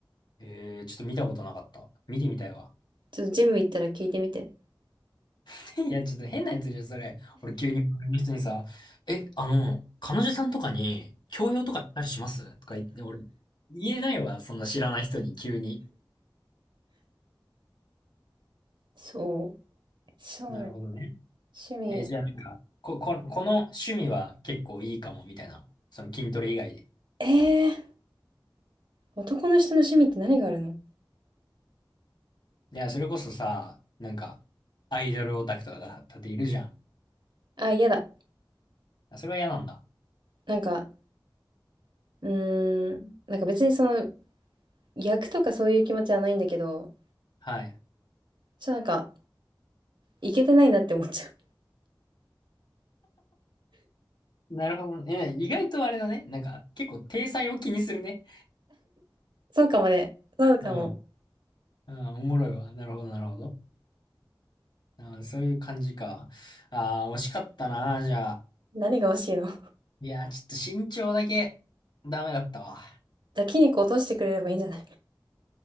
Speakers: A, on the left; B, on the right.
A: えー、ちょっと見たことなかった。見てみたいわ。
B: ちょっとジム行ったら聞いてみて。
A: <laughs> いや、ちょっと変なやつじゃん、それ。俺急に周りの人にさ、え、あの、彼女さんとかに、強要とかしたりしますとか言って、俺、言えないわ、そんな知らない人に、急に。
B: そう。そうなの。
A: なるほどね。
B: 趣味。
A: えーじゃあなんか、こ、こ、この趣味は結構いいかも、みたいな。その筋トレ以外で。
B: えー、男の人の趣味って何があるの
A: いや、それこそさ、なんか、アイドルオタクとかだだっているじゃん。
B: あ、嫌だ。
A: あそれは嫌なんだ。
B: なんか、うーん、なんか別にその、逆とかそういう気持ちはないんだけど、
A: はい。
B: ちょっとなんか、いけてないなって思っちゃう。
A: なるほどね。意外とあれだね。なんか、結構、体裁を気にするね。
B: <laughs> そうかもね。そうかも。
A: うん。うん、おもろいわ。なるほど、なるほど。うん、そういう感じか。ああ、惜しかったな、じゃあ。
B: 何が欲しいの
A: いやー、ちょっと身長だけ、ダメだったわ。
B: じゃあ筋肉落としてくれればいいんじゃない